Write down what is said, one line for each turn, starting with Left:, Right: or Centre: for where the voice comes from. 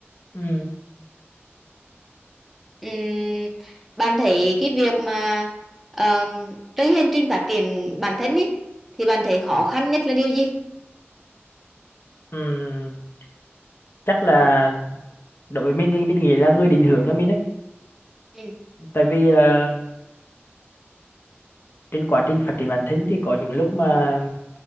Left: ừ.
Centre: Ừm, bạn thấy cái việc mà um, cái hành trình phát triển bản thân ý thì bạn thấy khó khăn nhất là điều gì
Left: Ừ. chắc là đối với mình thì mình nghĩ là người định hướng cho mình đấy
Centre: ừ.
Left: tại vì là trên quá trình phát triển bản thân thì có những lúc mà